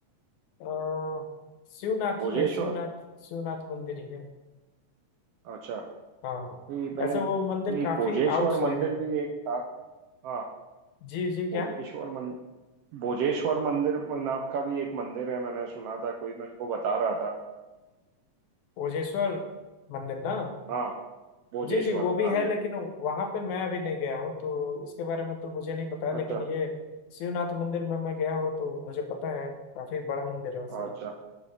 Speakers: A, on the left (about 85°); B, on the right (about 75°).
A: अ, शिवनाथ
B: भोजेश्वर
A: ही है शिवनाथ शिवनाथ मंदिर ही है
B: अच्छा
A: हाँ
B: ये मैं
A: ऐसे वो मंदिर
B: एक
A: काफी
B: भोजेश्वर
A: आउटसाइड
B: मंदिर
A: है
B: भी एक था हाँ
A: जी जी
B: भोजेश्वर
A: क्या
B: मन भोजेश्वर मंदिर नाम का भी एक मंदिर है मैंने सुना था कोई मेरे को बता रहा था
A: ओजेश्वर मंदिर ना
B: हाँ भोजेश्वर
A: जी जी वो भी
B: हाँ
A: है
B: जी
A: लेकिन वहां पे मैं अभी नहीं गया हूँ तो इसके बारे में तो मुझे नहीं पता लेकिन
B: अच्छा
A: ये शिवनाथ मंदिर में मैं गया हूँ तो मुझे पता है काफी बड़ा मंदिर है सर
B: अच्छा